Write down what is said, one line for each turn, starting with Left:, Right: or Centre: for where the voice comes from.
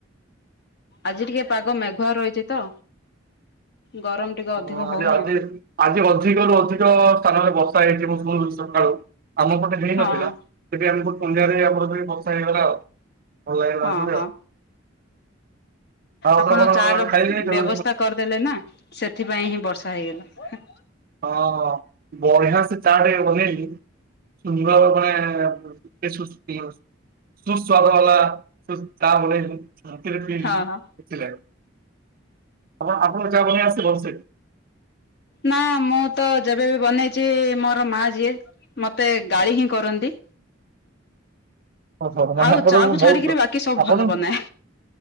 Left: ଆଜି ଟିକେ ପାଗ ମେଘୁଆ ରହିଚି ତ। ଗରମ ଟିକେ
Right: ହଁ
Left: ଅଧିକ
Right: ଆଜି
Left: ହଉନି
Right: ଆଜି
Left: ଆଉ
Right: ଆଜି ଅଧିକରୁୁ ଅଧିକ ସ୍ଥାନରେ ବର୍ଷା ହେଇଚି ମୁଁ ଶୁଣୁ ସକାଳୁ ଆମ ପଟେ ହେଇ
Left: ହଁ
Right: ନଥିଲା ତେବେ ଆମ ଫୁ-ସନ୍ଧ୍ୟାରେ ଆମର ଯେ ବର୍ଷ ହେଇଗଲା ଆଉ ଭଲ ଲାଗିଲା
Left: ହଁ
Right: ଆମକୁ <unintelligible>
Left: ହଁ
Right: ଆଉ ଆଉ
Left: ଆପଣ ଚା
Right: କଣ
Left: ର
Right: ଖାଇଲେଣି
Left: ବ୍ୟବସ୍ଥା
Right: ହଁ
Left: କରିଦେଲେ ନା ସେଥିପାଇଁ ହିଁ ବର୍ଷା ହେଇଗଲା।
Right: ହଁ ବଢିଆ ସେ ଚା ଟିକେ ବନେଇଲି ନୂଆ ବୋଉ ମାନେ ପେସ୍ ଉସ ପିଉସ ସୁସ୍ଵାଦ ବାଲା ତୁ ଚା ବନେଇଲି ମୁଁ କେବେ ପିଇଲିନି
Left: ହଁ ହଁ
Right: <unintelligible> ଆପଣ ଆପଣକୁ ଚା ବନେଇ ଆସେ ଭଲସେ?
Left: ନା ମୁଁ ତ ଯେବେ ବି ବନେଇଚି ମୋର ମା ଯିଏ ମୋତେ ଗାଳି ହିଁ କରନ୍ତି।
Right: ଓହୋ, ମାନେ
Left: ଆଉ
Right: ଆପଣକୁ
Left: ଚା କୁ
Right: ବହୁତ
Left: ଛାଡିକିରି ବାକି ସବୁ
Right: ଆପଣଙ୍କ
Left: ଭଲ ବନାଏ